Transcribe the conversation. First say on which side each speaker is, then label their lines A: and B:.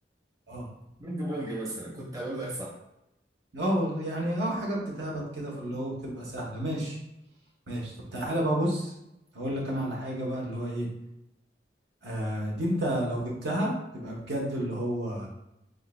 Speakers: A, on the right (about 70°); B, on the right (about 20°).
A: اه
B: بينج بونج مثلا كنت هقول لك صح
A: اه والله يعني اه حاجة بتتهبد كده فاللي هو بتبقى سهلة ماشي ماشي طب تعالى بقى بص اقول لك انا على حاجة بقى اللي هو ايه آه دي انت لو جبتها تبقى بجد اللي هو